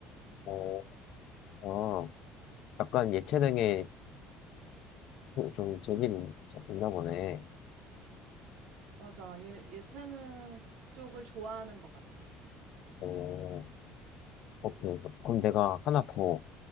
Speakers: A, on the left; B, on the right.
A: 어, 아, 약간 예체능에 좀 재질이 있나 보네.
B: 맞아. 예, 예체능 쪽을 좋아하는 것 같아.
A: 어, 오케이. 그럼 내가 하나 더